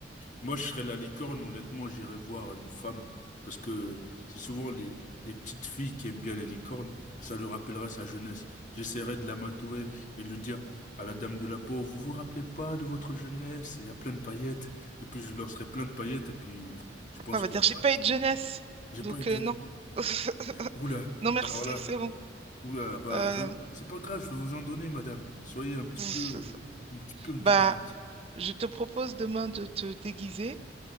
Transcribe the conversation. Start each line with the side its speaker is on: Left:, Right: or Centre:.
Left: Moi, je serais la licorne, honnêtement, j'irais voir une femme. Parce que c'est souvent les, les petites filles qui aiment bien les licornes. Ça lui rappellerait sa jeunesse. J'essaierais de l'amadouer et de lui dire à la dame de la peau, vous vous rappelez pas de votre jeunesse? Il y a plein de paillettes. Et puis, je lui lancerai plein de paillettes. Et puis, je pense
Right: Après, on va
Left: qu'après,
Right: dire, j'ai pas eu de jeunesse,
Left: j'ai
Right: donc
Left: pas eu de
Right: euh,
Left: jeunesse.
Right: non. <laughs>
Left: Oula,
Right: Non, merci,
Left: alors là.
Right: c'est bon.
Left: Oula, bah,
Right: Euh,
Left: je... vais vous- c'est pas grave, je vais vous en donner, madame. Soyez un petit
Right: <laughs>
Left: peu, un petit peu indulgente.
Right: Bah,
Left: s'il vous
Right: je te propose demain de te déguiser